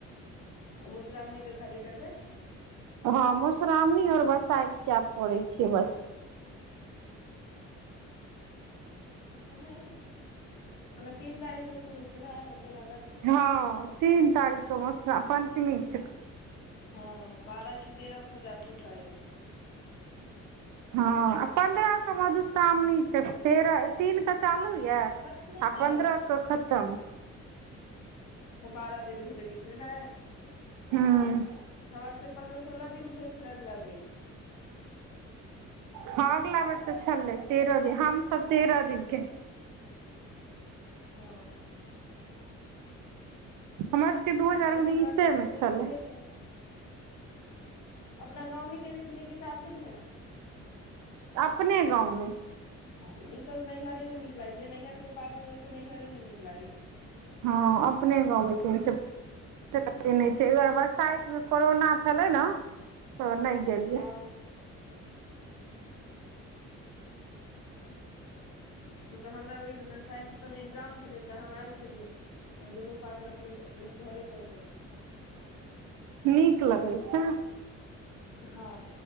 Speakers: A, on the left (about 75°); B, on the right (about 80°).
A: मोश्रावणीे के खाली करबै।
B: हां माेश्रामनी और बरसाएत के आब करे छियै बस।
A: ओना अय ओना तीन तारीक से शुरू छै ने तीन अगस्त से
B: हां तीन तारीक के मोशरा पंचमी छै।
A: हां बारअ की तेरअ पूजा छै शायद।
B: हां आ पन्द्रअ के मधुश्रावणी छै। तेरअ ए तीन के चालू यऽ
A: हँ
B: आ पन्द्रअ के खतम।
A: तऽ बारअ दिन भेलै बीच मे नै।
B: हूँ।
A: हमरा सबके पन्द्रअ सोलअ दिन भेल छला अगला बेर।
B: हां अगला बेर तऽ छलै तेरअ दिन, हम सब तेरअ दिन के।
A: हां।
B: हमर सबके दू हजार
A: एबेेर
B: उन्नीसे
A: हमरा गाँव मे कियो
B: छलै
A: छैहये नै। अपना गााँव मे केने छलियै कि सासुर मे।
B: अपने गाँव मे।
A: हां ई सब नैयहरे मे नीक लागै छै जे नैयहर के पाबैन हय छै, नैयहरे मे नीक लागै छै।
B: हां अपने गाँव मे केन छै <unintelligible> नै छै उहाए बर साएत मे कोरोना छलै ने तऽ नै गेलियै।
A: हँ नै ते हमरा होय रहै बरसाएत सब मे इग्जाम छलै तऽ हम आएल छलियै। हम दुनू पाबैन अपन उम्म घरे पर केलु।
B: नीक लगै छै।
A: हां